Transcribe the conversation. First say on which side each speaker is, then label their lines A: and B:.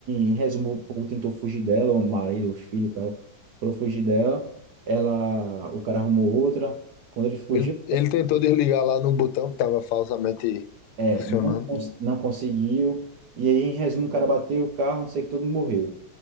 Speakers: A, on the right (about 65°); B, on the left (about 85°).
A: em resumo, o povo tentou fugir dela, o marido, os filhos e tal, foram fugir dela. Ela, o cara arrumou outra. Quando ele fugiu,
B: Ele, ele tentou desligar lá no botão que estava falsamente
A: é,
B: funcionando.
A: não, cons- não conseguiu. E aí, em resumo, o cara bateu o carro, não sei o que, todo mundo morreu.